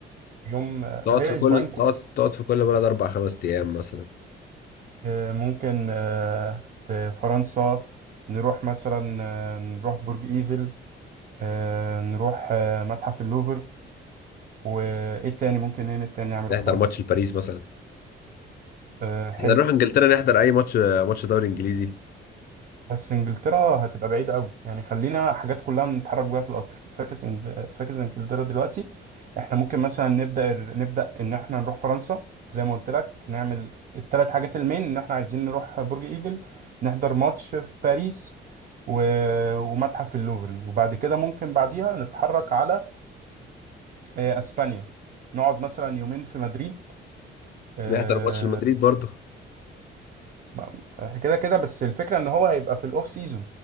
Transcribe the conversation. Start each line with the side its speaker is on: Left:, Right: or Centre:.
Right: يوم آه،
Left: تقعد
Right: هي
Left: في كل
Right: اسبوعين
Left: تقعد تقعد في كل بلد اربع خمس ايام مثلا
Right: آه، ممكن آه، في فرنسا نروح مثلا آه، نروح برج ايفل آه، نروح آه، متحف اللوفر وايه تاني ممكن ايه تاني نعمله
Left: نحضر
Right: في فرنسا
Left: ماتش لباريس مثلا
Right: آه، حلو
Left: احنا نروح انجلترا نحضر اي ماتش ماتش دوري انجليزي
Right: بس انجلترا هتبقى بعيدة قوي يعني خلينا حاجات كلها نتحرك بيها في القطر فاكس إنج- فاكس انجلترا دلوقتي احنا ممكن مثلا نبدأ نبدأ ان احنا نروح فرنسا زي ما قلت لك نعمل الثلاث حاجات المين ان احنا عايزين نروح برج ايفل نحضر ماتش في باريس و... ومتحف اللوفر وبعد كده ممكن بعديها نتحرك على آه، اسبانيا نقعد مثلا يومين في مدريد آه،
Left: نحضر ماتش لمدريد برضه
Right: ما- احنا كده كده بس الفكرة ان هو هيبقى في الاوف سيزون